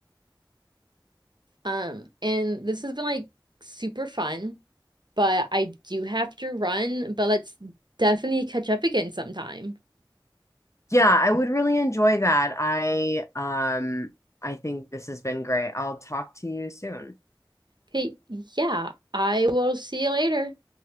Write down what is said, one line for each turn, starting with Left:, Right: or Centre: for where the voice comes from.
Right: Um, and this has been like super fun, but I do have to run, but let's definitely catch up again sometime.
Left: Yeah, I would really enjoy that. I um I think this has been great. I'll talk to you soon.
Right: Okay, yeah, I will see you later.